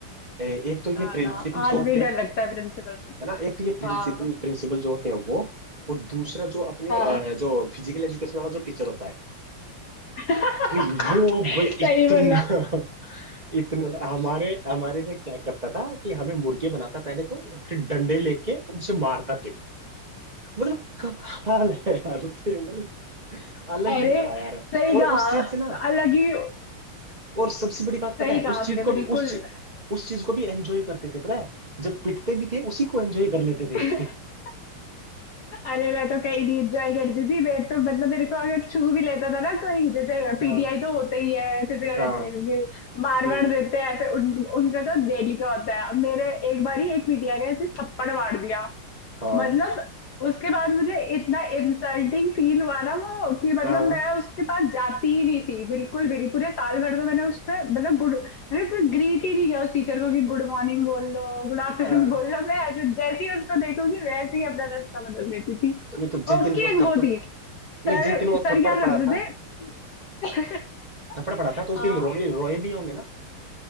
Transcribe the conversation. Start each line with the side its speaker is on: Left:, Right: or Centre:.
Right: एक तो ये
Left: हाँ
Right: प्रिंसिपल
Left: ना
Right: जो
Left: आज
Right: होते
Left: भी डर
Right: हैं
Left: लगता है प्रिंसिपल से
Right: है ना एक तो ये प्रिंसिपल
Left: हाँ
Right: प्रिंसिपल जो होते हैं वो और दूसरा जो अपने
Left: हाँ
Right: अ, जो फिजिकल एजुकेशन वाला जो टीचर होता है
Left: <laughs>
Right: भाई वो भाई
Left: सही
Right: इतना
Left: बोला
Right: <laughs> इतना हमारे हमारे लिए क्या करता था कि हमें मुर्गे बनाता पहले तो और फिर डंडे लेके उनसे मारता थे मतलब कमाल है यार उससे मतलब अलग
Left: अरे
Right: ही था यार
Left: सही
Right: और
Left: कहा
Right: उस चीज से ना
Left: अलग ही
Right: और सबसे बड़ी बात पता
Left: सही
Right: है
Left: कहा
Right: उस
Left: आपने
Right: चीज को भी
Left: बिल्कुल
Right: उस चीज- उस चीज को भी एंजॉय करते थे पता है जब पिटते भी थे उसी को एंजॉय कर लेते थे
Left: <laughs> अरे मैं तो कहीं नहीं एंजॉय करती थी मैं तो मतलब मेरे को अगर छू भी लेता था ना कोई जैसे
Right: <laughs>
Left: पीटीआई
Right: हाँ
Left: तो होते ही है फिजिकल
Right: हाँ
Left: एजुकेशन के मार
Right: हम्म,
Left: मार देते हैं ऐसे उन, उनका तो डेली का होता है अब मेरे एक बार ही एक पीटीआई ने ऐसे थप्पड़ मार दिया
Right: हाँ
Left: मतलब उसके बाद मुझे इतना इंसल्टिंग फील हुआ ना वो कि मतलब
Right: हाँ
Left: मैं उसके पास जाती ही नहीं थी बिल्कुल भी नहीं पूरे साल भर तो मैंने उससे मतलब गुड अरे कोई ग्रीट ही नहीं किया उस टीचर को कि गुड मॉर्निंग बोल लो गुड आफ्टरनून
Right: आ,
Left: <laughs> बोल लो मैं ऐसे जैसे ही उसको देखूंगी वैसे ही अपना रास्ता बदल देती थी
Right: नहीं तो जिस
Left: और उसकी
Right: दिन वो
Left: एक
Right: थप्पड़
Left: वो थी
Right: नहीं
Left: सर
Right: जिस दिन वो
Left: सर
Right: थप्पड़
Left: क्या
Right: पड़ा
Left: करते
Right: था
Left: थे <laughs>
Right: थप्पड़ पड़ा था तो उस
Left: हाँ
Right: दिन रोए रोए भी होंगे ना